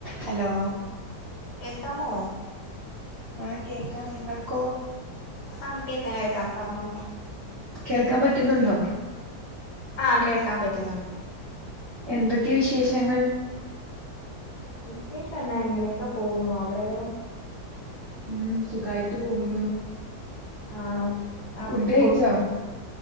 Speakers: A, on the right; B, on the left.
A: Hello
B: കേക്കാമോ
A: ആഹ കേക്കാം നിങ്ങൾക്കോ
B: ആഹ കേക്കാം കേക്കാം പറഞ്ഞോ
A: കേൾക്കാൻ പറ്റുന്നുണ്ടോ
B: ആഹ കേൾക്കാൻ പറ്റുന്നുണ്ട്
A: എന്തൊക്കെ വിശേഷങ്ങൾ
B: വിശേഷം എന്നാ എങ്ങനെയൊക്കെ പോകുന്നു അവിടെയോ
A: ഉം സുഖായിട്ട് പോകുന്നു
B: ആണോ കാപ്പിയൊക്കെ
A: ഫുഡ് കഴിച്ചോ
B: കൊടുത്തോ